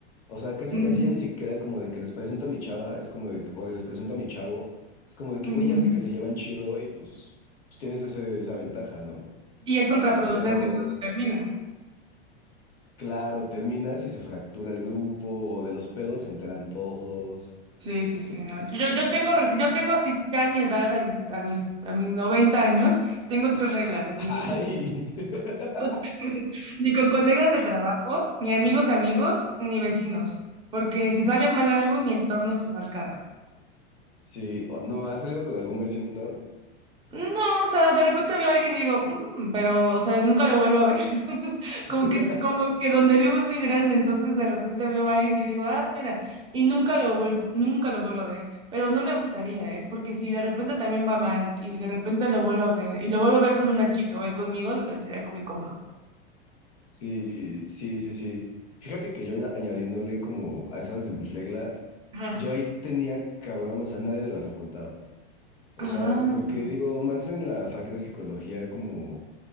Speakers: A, on the left (about 85°); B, on the right (about 15°).
A: O sea, casi
B: ujú,
A: casi ya ni siquiera como de que les presento a mi chava, es como de que, o de les presento a mi chavo, es como de que,
B: ujú.
A: güey, ya sé que se llevan chido y pues, pues tienes ese- esa ventaja, ¿no?
B: Y es contraproducente
A: Pero
B: cuando termina.
A: claro, terminas y se fractura el grupo, o de los pedos se enteran todos.
B: Sí, sí, sí, no. Yo, yo tengo, yo tengo así ya a mi edad, a mis, a mis, a mis 90 años, tengo tres reglas, así,
A: Ay, <laughs>
B: <laughs> ni con colegas del trabajo, ni amigos de amigos, ni vecinos, porque si sale mal algo, mi entorno se va al carajo.
A: sí, o- no, ¿has salido con algún vecino?
B: No, o sea, de repente veo a alguien y digo, "Mm", pero, o sea, nunca lo vuelvo a ver. <laughs> Como
A: <laughs>
B: que, como que donde vivo es muy grande, entonces de repente veo a alguien que digo, ah, mira, y nunca lo vuelvo, nunca lo vuelvo a ver. Pero no me gustaría, ¿eh? Porque si de repente también va mal y de repente lo vuelvo a ver y lo vuelvo a ver con una chica o él conmigo, eh, sería como incómodo.
A: Sí, sí, sí, sí. Fíjate que yo añ- añadiéndole como a esas de mis reglas,
B: Ajá.
A: yo ahí tenía cabrón, o sea, nadie de la facultad. O
B: Ah.
A: sea, porque digo, más en la fac de psicología, como,